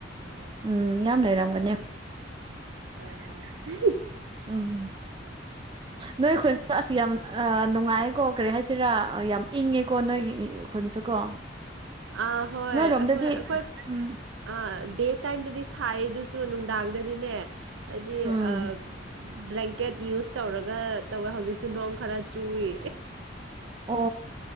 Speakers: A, on the right (about 85°); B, on the right (about 25°).
A: ꯑꯥ
B: ꯎꯝ ꯌꯥꯝ ꯂꯩꯔꯝꯒꯅꯤ
A: ꯑ ꯍ
B: ꯎꯝ ꯅꯣꯏꯈꯣꯏꯁꯨ ꯑꯁꯤꯁ ꯌꯥꯝ ꯅꯨꯡꯉꯥꯏ ꯀꯣ ꯀꯔꯤ ꯍꯥꯏꯁꯤꯔꯥ ꯌꯥꯝ ꯏꯪꯉꯦꯀꯣ ꯅꯣꯏꯒꯤ ꯈꯨꯟꯁꯨ ꯀꯣ
A: ꯑꯥ ꯍꯣꯏ
B: ꯅꯣꯏꯔꯣꯝꯗꯗꯤ
A: ꯑꯈꯣꯏ ꯑꯈꯣꯏ
B: ꯎꯝ
A: ꯑ ꯗꯦ ꯇꯥꯏꯝꯗꯗꯤ ꯁꯥꯏꯗꯨꯁꯨ ꯗꯨꯝ ꯅꯨꯡꯗꯥꯡꯗꯗꯤꯅꯦ ꯍꯥꯏꯗꯤ
B: ꯎꯝ
A: ꯑ ꯕ꯭ꯂꯦꯡꯀꯦꯠ ꯌꯨꯁ ꯇꯧꯔꯒ ꯇꯧꯋꯦ ꯍꯧꯖꯤꯛꯁꯨ ꯅꯣꯡ ꯈꯔ ꯆꯨꯏ
B: ꯑꯣ